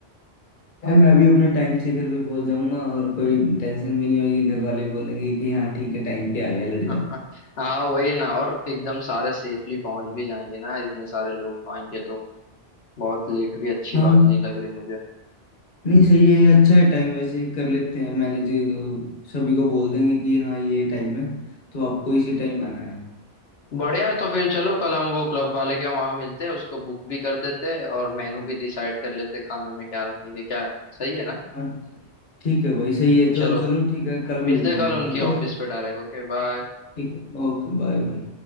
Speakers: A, on the left; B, on the left.
A: यार, मैं भी अपना टाइम से घर पे पहुंच जाऊंगा और कोई टेंशन भी नहीं होगी घर वाले भी बोलेंगे कि हाँ ठीक है टाइम पे आ गया लड़का
B: <laughs> हाँ वही ना और एकदम सारे सेफली पहुंच भी जाएंगे ना इतने सारे लोग आएंगे तो बहुत लेट भी अच्छी
A: हाँ
B: बात नहीं लग रही मुझे
A: नहीं सही है अच्छा है टाइम वैसे कर लेते हैं मैनेज सभी को बोल देंगे कि हाँ ये टाइम है तो आपको इसी टाइम आना है
B: बढ़िया है तो फिर चलो कल हम वो क्लब वाले के वहां मिलते हैं उसको बुक भी कर देते हैं और मेनू भी डिसाइड कर लेते हैं खाने में क्या रखेंगे क्या है सही है ना
A: हाँ ठीक है भाई सही है तो
B: चलो
A: चलो ठीक है कल
B: मिलते
A: मिलते
B: हैं कल
A: हैं फिर
B: उनकी
A: ठीक है भाई
B: ऑफिस पे डायरेक्ट Okay bye
A: ठीक है ओके बाय बाय